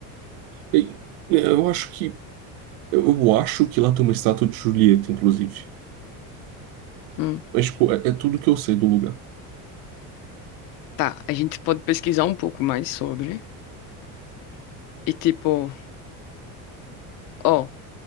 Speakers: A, on the right; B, on the left.
A: E, é, eu acho que. Eu, eu acho que lá tem uma estátua de Julieta, inclusive.
B: Hum.
A: Mas, tipo, é, é tudo que eu sei do lugar.
B: Tá, a gente pode pesquisar um pouco mais sobre. E tipo, ó,